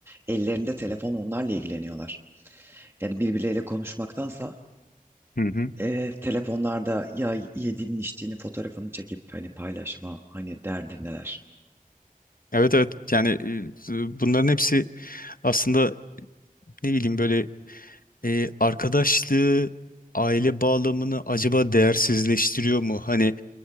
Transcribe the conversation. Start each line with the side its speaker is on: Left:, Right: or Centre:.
Right: Ellerinde telefon onlarla ilgileniyorlar. Yani birbirleriyle konuşmaktansa
Left: Hı hı.
Right: e, telefonlarda ya yediğinin içtiğinin fotoğrafını çekip hani paylaşma hani derdindeler.
Left: Evet evet yani e, bunların hepsi aslında ne bileyim böyle E, arkadaşlığı, aile bağlamını acaba değersizleştiriyor mu? Hani